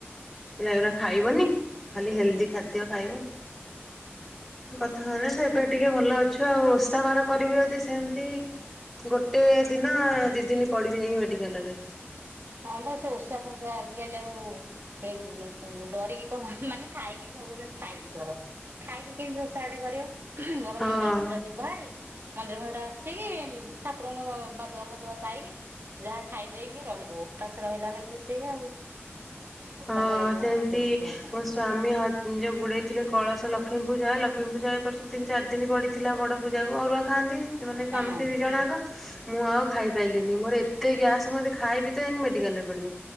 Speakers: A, on the right; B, in the centre.
A: ହ
B: କହିଲା ଏଗୁଡା ଖାଇବନି ଖାଲି ହେଲ୍ଦି ଖାଦ୍ୟ ଖାଇବ। କଥା ହଉନୁ ତ ଏବେ ଟିକେ ଭଲ ଅଛୁ ଆଉ। ଓଷା ବାର କରିବି
A: ହୁଁ।
B: ଯଦି ସେମିତି ଗୋଟେ ଦିନ ଦି ଦିନ ପଡିବି ଯାଇକି ମେଡିକାଲରେ।
A: ଖାଇବା ସେ ଓଷା ଫଷା ଆଜିିକାଲି ଆଉ ଏଇ ଡରିକିକେହି କରୁନାହାନ୍ତି। ଖାଇକି ସବୁ ଯେମିତି ଖାଇକି କର ଖାଇକି କେମତି ଓଷାଗୋଟେ କରିବ ମୋର
B: ହଁ।
A: ମନ୍ଦିର ଖଣ୍ଡ ଭହାରି ମନ୍ଦିର ଫନ୍ଦିର ଆସିକି ଠାକୁରଙ୍କପାଦୁକ ଫାଦୁକ ପାଇଲି। ଯାହା ଖାଇଦେଇକି ରହିବ ଉପାସ ରହିଲା ମାନେ ତ ସେଇଆ ଆଉ। ଉପାସ
B: ହଁ
A: ରହିଲା
B: ସେମିତିମୋ
A: ମାନେ ବେଶୀ ଦେହ ଖରାପ ହଁ
B: ସ୍ଵାମୀ ନିଯେ ବୁଡ଼େଇ ଥିଲେ କଳସ ଲକ୍ଷ୍ମୀପୂଜା ଲକ୍ଷ୍ମୀ ପୂଜା ଏପର୍ଷ ତିନି ଚାରି ଦିନ ପଡ଼ିଥିଲା ବଡ଼ ପୂଜାକୁ ଅରୁଆ ଖାଆନ୍ତି। ସେ ମାନେ ସ୍ୱାମୀ
A: ହଁ।
B: ସ୍ତ୍ରୀ ଦି ଜଣଯାକ। ମୁଁ ଆଉ ଖାଇପାରଲିିନି ମୋର ଏତେ ଗ୍ୟାସ୍ ମାନେ ଖାଇଵି ତ ମେଡ଼ିକାଲରେ ପଡ଼ିବି।